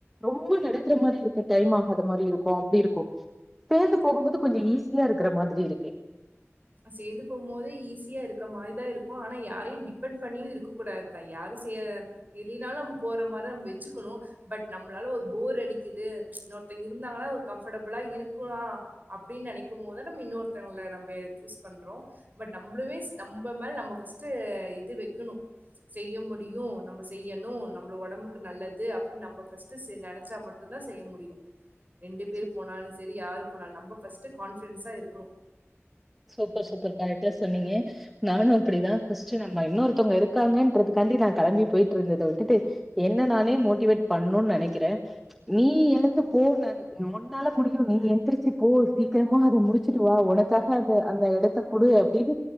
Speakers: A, in the centre; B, on the right (about 35°).
A: ரொம்ப நடக்குற மாரி இருக்கு டைம் ஆகாத மாரி இருக்கு அப்டி இருக்கு சேந்து போகும்போது கொஞ்ச ஈஸியா இருக்குற மாதிரி இருக்கு
B: சேந்து போம்போது ஈஸியா இருக்க மாரிதா இருக்கு ஆனா யாரையு டிபெண்ட் பண்ணியு இருக்க கூடாதுதா யாரும் சே இல்லைனாலு நம்ம போற மாரி நம்ம வச்சுக்கனு பட் நம்ளால ஒரு போர் அடிக்குது இன்னொருத்தங்க இருந்தாங்கனா ஒரு கம்ஃபடபிளா இருக்குனா அப்டின் நெனைக்கும் போதுதா நம்ம இன்னொருத்தங்கள நம்ப சூஸ் பண்றோ பட் நம்பளவேஸ் நம்ப மேல நம்ப ஃபஸ்ட்டு இது வக்கனு செய்ய முடியு நம்ம செய்யனு நம்ள‌ ஒடம்புக்கு நல்லது அப்டின் நம்ப ஃபஸ்ட்டு ச நெனச்சா மட்டு தா செய்ய முடியு ரெண்டு பேர்
A: சோ
B: போனாலு செரி யார் போனாலு நம்ப ஃபஸ்ட்டு கான்ஃபிடன்ஸா இருக்கனு
A: சூப்பர் சூப்பர் கரெக்டா சொன்னீங்க நானு அப்புடிதா ஃபஸ்ட்டு நம்ம இன்னொருத்தவ்ங்க இருக்காங்கன்றதுக்கான்டி நா கெளம்பி போயிட்ருந்தத விட்டுட்டு என்ன நானே மோட்டிவேட் பண்ணுன் நெனைக்கிறே நீ எழுந்து போ நன் உன்னால முடியு நீ எந்திரிச்சு போ சீக்கிரமா அத முடிச்சிட்டு வா ஒனக்கா க அந்த அந்த எடத்த குடு அப்டின்